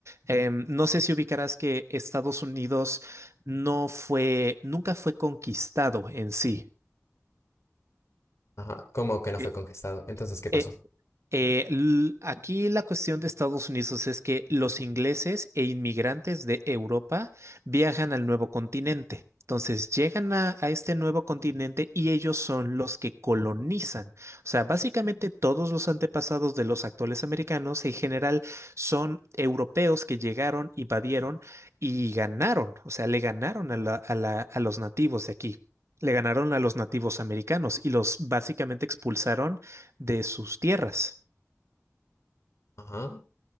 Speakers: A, on the right; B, on the left.
A: Em, no sé si ubicarás que Estados Unidos no fue, nunca fue conquistado en sí.
B: Ajá, como que no
A: Eh,
B: fue conquistado. Entonces, ¿qué pasó?
A: eh, Eh, l- aquí la cuestión de Estados Unidos es que los ingleses e inmigrantes de Europa viajan al nuevo continente. Entonces llegan a, a este nuevo continente y ellos son los que colonizan. O sea, básicamente todos los antepasados de los actuales americanos en general son europeos que llegaron, invadieron y ganaron. O sea, le ganaron a la- a la- a los nativos de aquí. Le ganaron a los nativos americanos y los básicamente expulsaron de sus tierras.
B: Ajá,